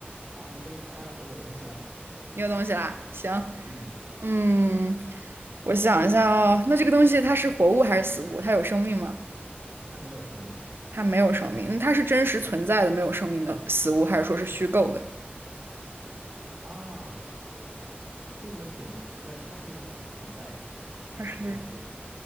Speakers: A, on the right; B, on the right.
A: 好，你可以猜了，我有东西了。
B: 你有东西啦，行，
A: 嗯，
B: 嗯，我想一下哦，那这个东西它是活物还是死物？它有生命吗？
A: 它没有生命
B: 它没有生命，那它是真实存在的没有生命的死物，还是说是虚构的？
A: 啊。呃，这个问题有意思。那它是真实存在的，是实际上我们
B: 它是